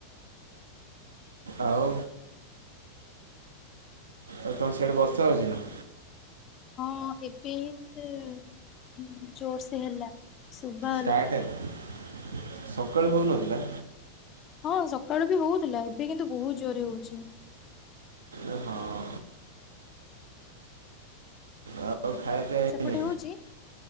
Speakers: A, on the right; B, on the left.
A: ଆଉ, ଆଉ, ତମ ସେଆଡେ ବର୍ଷା ହଉଛି ନା?
B: ହଁ, ଏବେ ହିଁଟ-ଅ-ଅ ଜୋର ସେ ହେଲା। ସୁଭା
A: ଷ୍ଟାର୍ଟ ହେଲା। ସକାଳୁ ହଉନଥିଲା।
B: ହଁ, ସକାଳୁ ବି ହଉଥିଲା। ଏବେ କିନ୍ତୁ, ବହୁତ ଜୋରରେ ହଉଛି।
A: ଏ ହଁ। ଆଉ, ଖାଇଆ ପିଆ ହେଇନି?
B: ସେପଟେ ହଉଛି?